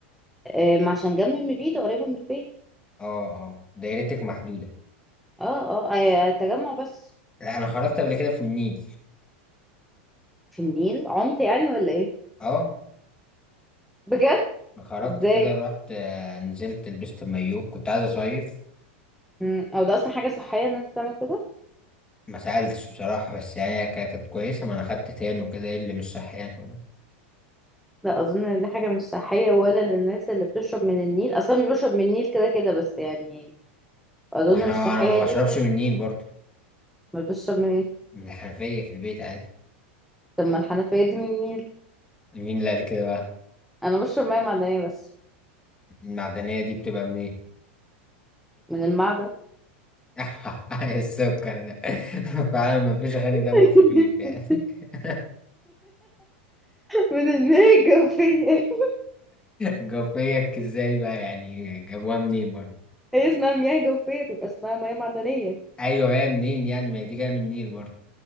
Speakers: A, in the centre; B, on the left (about 15°).
A: آم، عشان جنب من البيت قريبة من البيت
B: اه اه دايرتك محدودة
A: اه اه آه، تجمع بس
B: لا انا خرجت قبل كده في النيل
A: في النيل عمت يعني ولا ايه
B: اه
A: بجد
B: خرجت
A: ازاي
B: كده رحت آه، نزلت لبست المايو كنت عايز اصيف
A: مم، او ده اصلا حاجة صحية ان انت تعمل كده
B: ما سألتش بصراحة بس يعني هي كا- كانت كويسة ما انا خدت تان وكده ايه اللي مش صح يعني
A: لا اظن ان دي حاجه مش صحيه ولا للناس اللي بتشرب من النيل اصلا مش بشرب من النيل كده كده بس يعني اظن
B: ما احنا
A: مش صحيه
B: انا ما بشربش
A: دي ك-
B: من النيل برضو
A: ما بشرب من ايه
B: من الحنفية في البيت عادي
A: طب ما الحنفيه دي من النيل
B: مين اللي قال كده بقى
A: انا بشرب ميه معدنيه بس
B: المعدنية دي بتبقى منين
A: من المعدن
B: <laughs> السكر ده <laughs> فعلا ما فيش غني
A: <laughs>
B: دم خفيف يعني <laughs>
A: من المياه الجوفيه
B: جوفيك ازاي بقى يعني جابوها منين برضو
A: هي اسمها مياه جوفيه بيبقى اسمها ميه معدنيه
B: ايوه جاية منين يعني ما هي دي جاية من النيل برضو